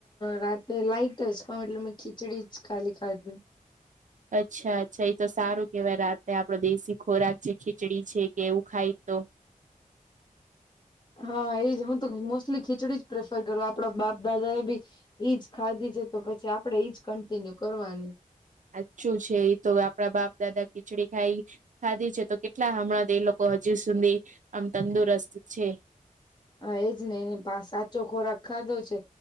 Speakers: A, on the left (about 30°); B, on the right (about 60°).
A: રાતે લાઈટ જ ખાઉ એટલે મેં ખીચડી જ ખાલી ખાધી.
B: અચ્છા અચ્છા એતો સારું કેવાય રાતે આપડો દેશી ખોરાક જે ખીચડી છે કે એવું ખાય તો
A: હા એજ હું તો મોસ્ટલી ખીચડી જ પ્રેફર કરું આપડા બાપ દાદા એ બી ઈજ ખાધી છે તો પછી આપડે ઈજ કન્ટિન્યુ કરવાની.
B: સાચું છે એ તો આપડા બાપ દાદા ખીચડી ખાઈ ખાધી છે તો કેટલા હમણાં એ લોકો હજુ સુધી આમ તંદુરસ્ત છે.
A: હા એજ ને તે સાચો ખોરાક ખાધો છે.